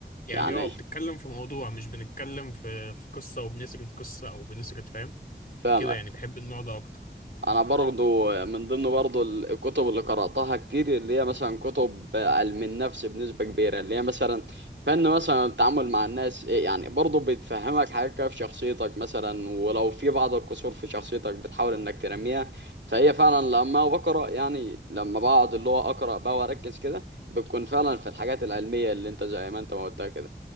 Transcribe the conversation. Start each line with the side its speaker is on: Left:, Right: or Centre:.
Left: يعني
Right: يعني
Left: اه بتتكلم في موضوع مش بنتكلم في في قصه وبنسرد قصه او بنسرد فاهم
Right: فاهمك
Left: كده يعني بحب النوع ده اكتر
Right: انا برضو من ضمن برضو الكتب اللي قرأتها كتير اللي هي مثلا كتب علم النفس بنسبة كبيرة اللي هي مثلا فن مثلا التعامل مع الناس إيه يعني برضو بتفهمك حاجات كده في شخصيتك مثلا ولو في بعض الكسور في شخصيتك بتحاول انك ترميها فهي فعلا لما بقرأ يعني لما بقعد اللي هو أقرأ بقى واركز كده بتكون فعلا في الحاجات العلمية اللي انت زي ما انت ما قلتها كده